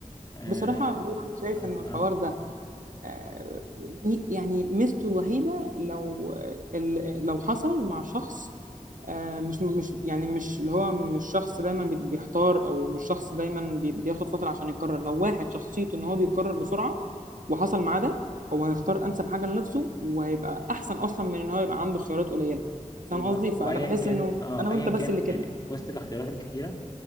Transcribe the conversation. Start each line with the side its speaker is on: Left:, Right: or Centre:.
Left: آه،
Right: بصراحه هو انا شايف
Left: بس
Right: ان الحوار
Left: اه
Right: ده آه، مي- يعني ميزته الوحيدة لو ال- لو حصل مع شخص آه، مش مش يعني مش اللي هو مش شخص دايما بي- بيحتار او مش شخص دايما بي- بياخد فترة عشان يقرر لو واحد شخصيته ان هو بيقرر بسرعة وحصل معاه ده هو هيختار انسب حاجة لنفسه وهيبقى احسن اصلا من ان هو يبقى عنده خيارات قليلة فاهم
Left: بالظبط
Right: قصدي فانا
Left: وايا
Right: بحس
Left: كان
Right: انه
Left: اه
Right: انا وانت
Left: ايا
Right: بس
Left: كان
Right: اللي كده
Left: يعني في وسط الاختيارات الكتيره